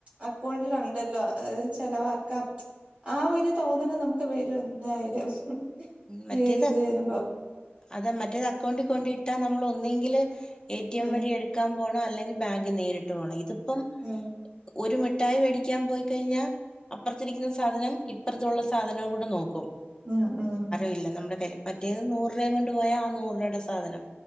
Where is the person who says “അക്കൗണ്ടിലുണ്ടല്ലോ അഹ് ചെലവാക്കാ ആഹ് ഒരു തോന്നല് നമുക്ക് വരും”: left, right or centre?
Right